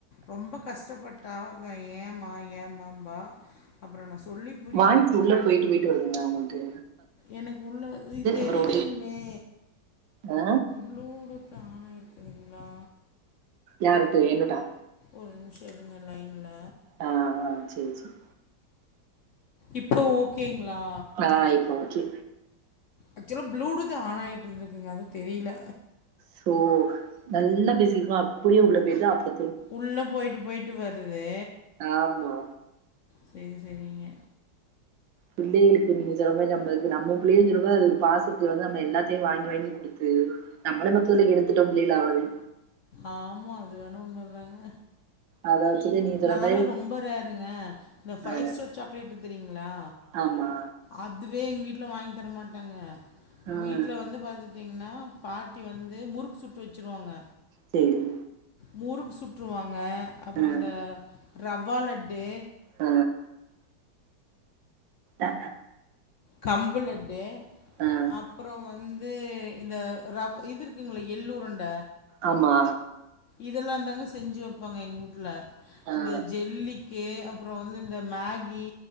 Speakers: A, on the left; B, on the right.
A: ரொம்ப கஷ்டப்பட் டா ஏமா ஏமாம்பா அப்றோ நா சொல்லிப்
B: வாய்ஸ்ஸு உள்ள போயிட்டு போயிட்டு வருதுங்க உங்களுக்கு
A: எனக்கு உள்ள
B: ஃபஸ்ட்டு
A: தெரிலிங்ளே
B: அப்றோ ஆ
A: ப்ளூடூத் தானா இருக்றீங்ளா
B: யாருட்டு என்னுட்டா
A: ஒரு நிம்ஷம் இருங்க லைன்ல
B: ஆ ஆ சேர் சேர்
A: இப்போ ஓகேங்ளா
B: ஆன் இப்ப ஓகே
A: ஆக்சுவலோ ப்ளூடூத் ஆன் ஆகிட்டு இருந்துக்குங்க அதா தெரில
B: சோ நல்லா பேசிருக்கோம் அப்டியே உள்ள போய்ட்டு அப்டி
A: உள்ள போயிட்டு போயிட்டு வருது
B: ஆமா
A: சேர் சேரிங்க
B: பிள்ளைகளுக்கு நீங்க சொன்ன மாரி நம்மளுக்கு நம்ம பிள்ளையு சொல்லும்போது அது ஒரு பாசத்துல வந்து நம்ம எல்லாத்தையு வாங்கி வாங்கி குடுத்து நம்மளே மொத்தத்துல்ல கெடுத்துட்டோ பிள்ளைகள அவ்ளோதே
A: ஆமா அது வேணா உண்ம தாங்க
B: அத வச்சுட்டு
A: இன்
B: நீங்க சொல்ற
A: நாலா
B: மாரி
A: ரொம்ப ரேருங்க இந்த ஃபைவ்
B: அ
A: ஸ்டார் சாக்லேட் தெரியுங்ளா
B: ஆமா
A: அதுவே எங்க வீட்ல வாங்கி தரமாட்டாங்க
B: ம்.
A: வீட்ல வந்து பாத்து ட்டீங்னா பாட்டி வந்து முறுக்கு சுட்டு வச்சுருவாங்க
B: சேரி
A: முறுக்கு சுற்றுருவாங்க அப்பறோ
B: ம்.
A: இந்த ரவா லட்டு
B: ஆ அ.
A: கம்பு லட்டு
B: அ.
A: அப்பறோ வந்து இந்த ரவ் இது இருக்குங்கள எல்லுருண்ட
B: ஆமா
A: இதெல்லாந்தாங்க செஞ்சு வெப்பாங்க எங்க வூட்ல
B: அ.
A: இந்த ஜெல்லிக்கே அப்பறோ வந்து இந்த மேகி